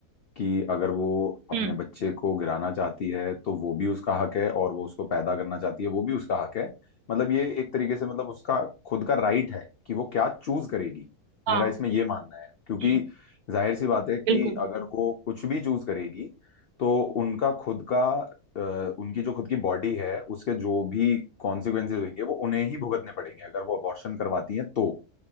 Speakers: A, on the left (about 70°); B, on the right (about 70°).
A: कि अगर वो अपने
B: हम्म
A: बच्चे को गिराना चाहती है तो वो भी उसका हक है और वो उसको पैदा करना चाहती है वो भी उसका हक है मतलब ये एक तरीके से मतलब उसका खुद का राइट है कि वो क्या चूज करेगी
B: हाँ
A: मेरा इसमें ये मानना है क्योंकि
B: हम्म
A: जाहिर सी बात है कि
B: बिल्कुल
A: अगर वो कुछ भी चूज करेगी तो उनका खुद का अ, उनकी जो खुद की बॉडी है उसके जो भी कॉन्सिक्वेंसेज होंगे वो उन्हें ही भुगतने पड़ेंगे अगर वो अबॉर्शन करवाती है तो